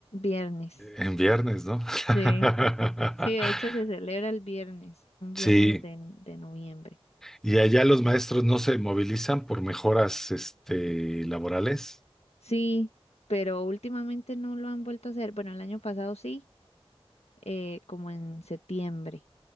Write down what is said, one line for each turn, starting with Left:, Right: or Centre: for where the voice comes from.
Left: Viernes.
Centre: en viernes, ¿no?
Left: Sí.
Centre: <laughs>
Left: Sí, de hecho se celebra el viernes, un
Centre: Sí,
Left: viernes de, de noviembre.
Centre: y allá los maestros no se movilizan por mejoras, este, laborales.
Left: Sí, pero últimamente no lo han vuelto a hacer. Bueno, el año pasado sí, eh, como en septiembre,